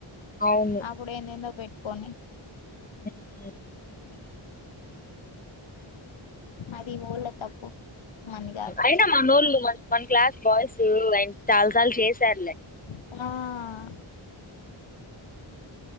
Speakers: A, on the left; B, on the left.
A: అవును
B: ఆప్పుడు ఏందేందో పెట్టుకోని
A: ఉమ్,
B: అది వోళ్ల తప్పు మనది కాదు
A: అయినా మనోళ్ళు మన్ క్లాస్ బాయ్స్ ఆయన చాలాసార్లు చేసారులే
B: ఆ